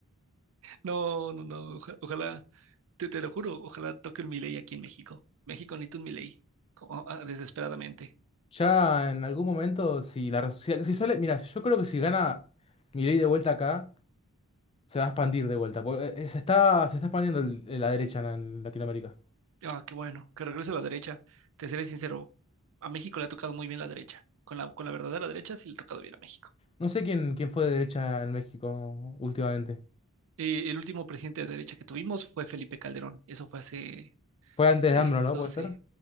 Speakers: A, on the right (about 65°); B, on the left (about 25°).
A: No, no, no, oja- ojalá, te, te lo juro, ojalá toque un Milei aquí en México. México necesita un Milei, como, ah, desesperadamente.
B: Ya en algún momento, si la si, si sale, mira, yo creo que si gana Milei de vuelta acá. Se va a expandir de vuelta. porque, eh, eh, Se está, se está expandiendo el- eh, la derecha en en Latinoamérica.
A: Ah, qué bueno, que regrese a la derecha. Te seré sincero, a México le ha tocado muy bien la derecha. Con la, con la verdadera derecha sí le ha tocado bien a México.
B: No sé quién, quién fue de derecha en México últimamente.
A: Eh, el último presidente de derecha que tuvimos fue Felipe Calderón. Eso fue hace
B: Fue antes
A: 6
B: de AMLO, ¿no?
A: 12
B: ¿Puede ser?